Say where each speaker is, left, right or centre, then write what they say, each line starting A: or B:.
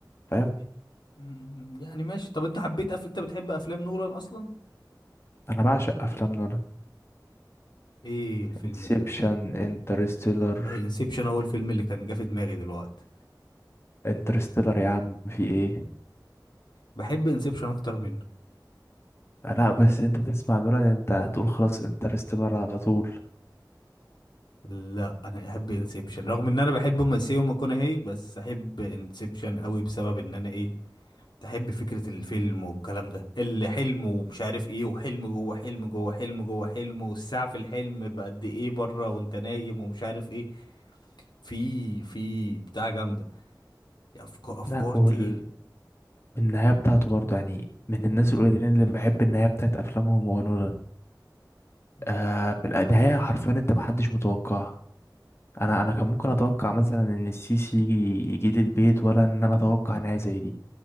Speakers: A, on the left (about 35°); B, on the left (about 80°).
A: فاهم
B: يعني مم، يعني ماشي طب انت حبيت أف... انت بتحب افلام نولان اصلا
A: أنا بعشق أفلام نولان
B: ايه الفيلم
A: انسبشن
B: ال...
A: انترستيلر
B: والله انسبشن هو الفيلم اللي كان جه في دماغي دلوقتي
A: انترستيلر يا عم في ايه
B: بحب انسبشن اكتر منه
A: لا بس انت تسمع نولان انت تقول خلاص انترستيلر على طول
B: لا انا احب انسبشن رغم ان انا بحب ماسيو ماكونهي بس احب انسبشن قوي بسبب ان انا ايه تحب فكرة الفيلم والكلام ده الحلم ومش عارف ايه وحلم جوه حلم جوه حلم جوه حلم والساعة في الحلم بقد ايه بره وانت نايم ومش عارف ايه في في بتاع جامدة يعني افكار افكار
A: لا وال...
B: تقيلة
A: النهايه بتاعته برضه يعني من الناس القليلين اللي بحب النهايه بتاعت افلامهم هو نولان
B: مم.
A: آه في النهايه حرفيا انت محدش متوقعها انا انا كان ممكن اتوقع مثلا ان السيسي يجي يجي لي البيت ولا ان انا اتوقع نهايه زي دي